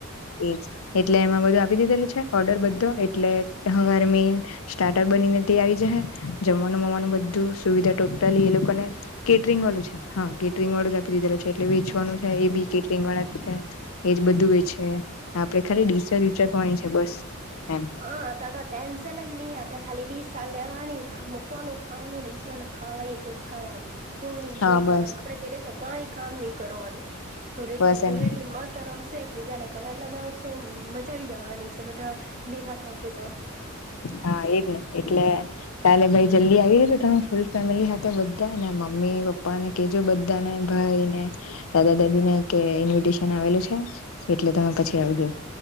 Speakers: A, on the left; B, on the right.
A: એજ એટલે એમાં બધું આપી દીધેલું છે. ઓર્ડર બધો એટલે હવારે મેન સ્ટાર્ટર બનીને તે આવી જહે જમવાનું મમાનું બધ ધુ સુવિધા ટોટલી એ લોકોને કેટરિંગ વાળું છે હા કેટરિંગ વાળું જ આપી દીધેલુ છે એટલે વેચવાનું રે ને એ બી કેટરિંગ વાળા છે એજ બધું એ છે. આપડે ખાલી ડીસ જ ઊચકવાની છે બસ. એમ
B: હ તો તો ટેન્શન જ ની આપ આપણે ખાલી ડીશ લેવાની મૂકવાનું ખાવાનું ડીશ માનુ ખાવાય એટલું ખાવાનું. ફૂલ એન્જોય
A: હા બસ
B: કરવાનું આપડે તે દિવસે કઈ કામ ની કરવાનું. ધૂળેટી
A: બસ
B: ધૂળેટી
A: એમ
B: મસ્ત રમશે એકબીજાને કલર લગાવશું મ જાવી જવાની છે બધા ભેગા થશું તો.
A: હા એજને એટલે કાલે ભાઈ જલ્દી આવી રેજો તમે ફૂલ ફેમિલી હાથે. ધા ને મમ્મી પપ્પા ને કેજો બધાને ભાઈને દાદા દાદીને કે ઇન્વિટેશન આવેલું છે એટલે તમે પછી આવજો.